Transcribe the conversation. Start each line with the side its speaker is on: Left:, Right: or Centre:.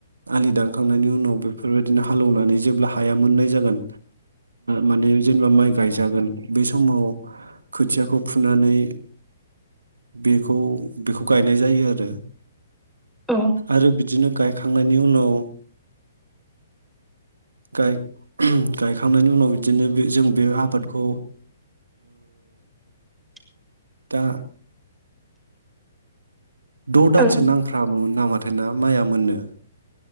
Right: आलि दानखांनायनि उनाव बेफोरबायदिनो हालेवनानै जेब्ला हाया मोननाय जागोन माने जेनेबा माइ गायजागोन बे समाव खोथियाखौ फुनानै
Centre: <inaudible>
Right: बेखौ बेखौ गायनाय जायो आरो
Centre: औ
Right: आरो बिदिनो गायखांनायनि उनाव
Centre: <inaudible>
Right: गायखांनायनि उनाव बिदिनो बे जों बे आबादखौ
Centre: <inaudible>
Right: दा द' दानसो
Centre: ओं
Right: नांफ्रामोन नामाथाय ना माइआ मोननो